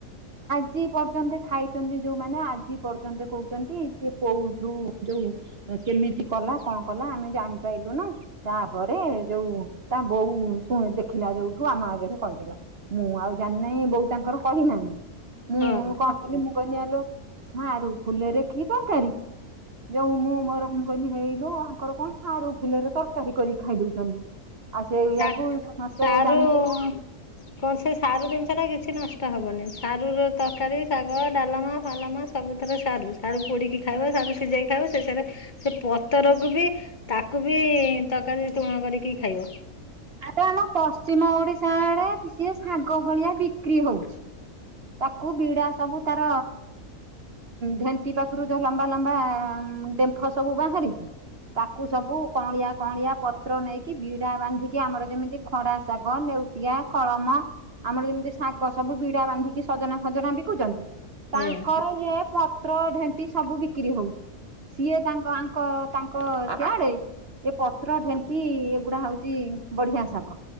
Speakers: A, on the right; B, on the left.
A: ଆଜି ପର୍ଯ୍ୟନ୍ତ ଖାଇଛନ୍ତି ଯୋଉମାନୋନ ଆଜି ପର୍ଯ୍ୟନ୍ତ କହୁଛନ୍ତି ସେ କୋଉଠୁ ଯୋଉ। କେମିତି କଲା କଣ କଲା ଆମେ ଜାଣିପାଇଲୁନୁ ତାପରେ ଯୋଉ ତା ବୋଉ ଉଁ ଦେଖିଲା ଯୋଉଠୁ ଆମ ଆଗରେ କହିଦେଲା। ମୁଁ ଆଉ ଜାଣିନାହିଁ ବୋହୁ ତାଙ୍କର କହିନାହାନ୍ତି ମୁଁ
B: ହଁ।
A: ମୁଁ କଣ କରିଚି <unintelligible> ସାରୁ ଫୁଲରେ କି ତରକାରୀ ଯୋଉ ମୁଁ ମୋର ମୁଁ କହିଲି ହେଇଲୁ ଆଙ୍କର କଣ ସାରୁ ଫୁଲରେ ତରକାରୀ କରିକି ଖାଇ ଦଉଚନ୍ତି? ଆଉ ସେ
B: ସା
A: ଇଆକୁ ସମସ୍ତେ
B: ସାରୁ
A: ଜାଣିଦେଲେ ଆଉ।
B: କଣ ସେ ସାରୁ ଜିନିଷ ଟା କିଛି ନା ନଷ୍ଟ ହବନି ସାରୁ ର ତରକାରୀ ଶାଗ ଡାଲମା ଫାଲମା ସବୁଥରେ ସାରୁ ସାରୁ ପୋଡିକି ଖାଇବ। <unintelligible> ସାରୁ ସିଝେଇ ଖାଉ ଶେଷରେ ସେ ପତରକୁ ବି ତାକୁ ବି ତରକାରୀ ତୁଣ କରିକି କି ଖାଇବ।
A: ଆରେ ଆମ ପଶ୍ଚିମ ଓଡିଶା ରେ ସିଏ ଶାଗ ଭଳିଆ ବିକ୍ରି ହଉଛି। ତାକୁ ବିଡା ସବୁ ତାର ଢେଣ୍ଟି ପାଖରୁ ଯୋଉ ଲମ୍ବା ଲମ୍ବା ଡେମ୍ଫ ସବୁ ବାହାରିଚି। ତାକୁ ସବୁ କଳିଆ କଳିଆ ପତ୍ର ନେଇକି ବିଡା ବାନ୍ଧିକି ଆମର ଯେମିତି ଖଡା ଶାଗ ନେଉ ତୁତିଆ କଳମ ଆମର ଯେମିତି ଶାଗ ସବୁ ବିଡା ବାନ୍ଧିଛି। ଖଜନା ଖଜନା ବିକୁଚନ୍ତି ତାଙ୍କର
B: ଆଜ୍ଞା
A: ଇଏ ପତ୍ର ଢେଣ୍ଟି ସବୁ ବିକ୍ରି ହଉଚି। ସିଏ ତାଙ୍କ ଆଙ୍କ ତାଙ୍କ ସେଆଡେ ଏ ପତ୍ର ଢେଣ୍ଟି ଏଗୁଡା ହଉଛି ବଢିଆ ଶାଗ